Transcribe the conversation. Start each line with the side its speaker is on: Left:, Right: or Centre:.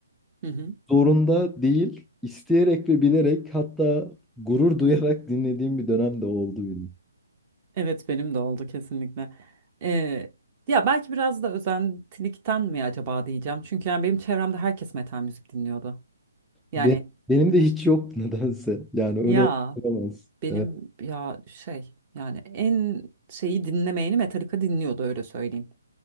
Right: hı hı.
Centre: Zorunda değil, isteyerek ve bilerek hatta gurur duyarak dinlediğim bir dönem de oldu benim.
Right: Evet benim de oldu kesinlikle. Ee, ya belki biraz da özentilikten mi acaba diyeceğim. Çünkü yani benim çevremde herkes metal müzik dinliyordu. Yani
Centre: Be- benim de hiç yok nedense. Yani öyle
Right: ya
Centre: olamaz.
Right: benim
Centre: Evet.
Right: ya şey yani en şeyi dinlemeyeni Metallica dinliyordu öyle söyleyeyim.